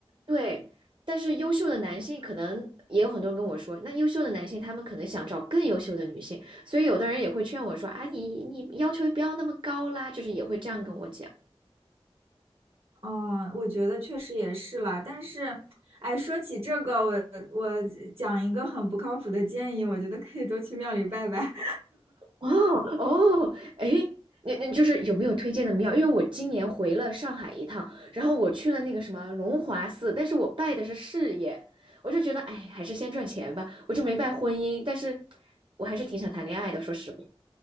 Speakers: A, on the right; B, on the right.
A: 对，但是优秀的男性可能也有很多人跟我说，那优秀的男性他们可能想找更优秀的女性，所以有的人也会劝我说啊，你你要求不要那么高啦，就是也会这样跟我讲。
B: 哦，我觉得确实也是啦。但是，哎，说起这个，我我讲一个很不靠谱的建议，我觉得可以多去庙里拜拜。
A: 哦哦，哎，你你就是有没有推荐的庙？因为我今年回了上海一趟，然后我去了那个什么龙华寺，但是我拜的是事业，我就觉得哎，还是先赚钱吧，我就没拜婚姻，但是我还是挺想谈恋爱的，说实话。